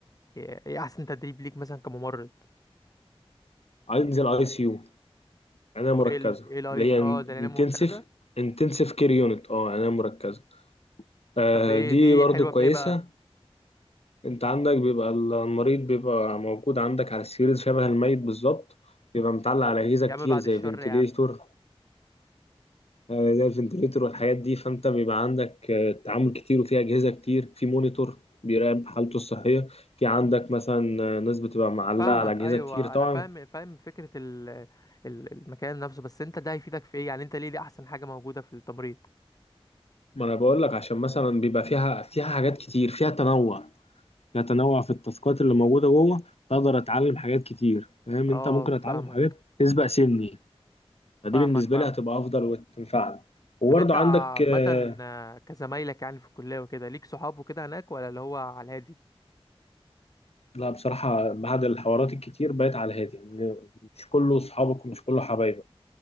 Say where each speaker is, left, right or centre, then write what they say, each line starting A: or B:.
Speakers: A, on the left; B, on the left.
A: ايه ايه احسن تدريب ليك مثلا كممرض
B: انزل اي سي يو عناية
A: او
B: مركزة
A: ايه ال ايه الايز
B: اللي هي
A: اه
B: انتنسيف
A: ده انا وكذا
B: انتنسيف كير يونت اه عناية مركزة آه
A: طب ايه
B: دي
A: دي
B: برضو
A: حلوة
B: كويسة
A: في ايه بقى
B: انت عندك بيبقى المريض بيبقى موجود عندك على السرير شبه الميت بالظبط بيبقى متعلق على أجهزة
A: يا
B: كتير
A: عم بعد
B: زي
A: الشر
B: فنتليتور
A: يا عم
B: آه زي الفنتليتور والحاجات دي فانت بيبقى عندك آه تعامل كتير وفي أجهزة كتير في مونيتور بيراقب حالته الصحية في عندك مثلا آه، ناس بتبقى معلقة
A: فاهمك
B: على أجهزة
A: ايوه
B: كتير طبعا
A: انا فاهم فاهم فكرة ال ال- المكان نفسه بس انت ده هيفيدك في ايه يعني انت ليه دي احسن حاجة موجودة في التمريض
B: ما انا بقول لك عشان مثلا بيبقى فيها فيها حاجات كتير فيها تنوع كتنوع في التاسكات اللي موجوده جوه بقدر اتعلم حاجات كتير فاهم
A: اه
B: انت ممكن
A: فاهمك
B: اتعلم حاجات تسبق سني فدي
A: فاهمك
B: بالنسبه
A: فاهمك
B: لي هتبقى افضل وتنفعني وبرضه
A: طب انت
B: عندك
A: عامة
B: آه،
A: آه، كزمايلك يعني في الكلية وكده ليك صحاب وكده هناك ولا اللي هو على الهادي آه.
B: لا بصراحه بعد الحوارات الكتير بقيت على هادي يعني مش كله صحابك ومش كله حبايبك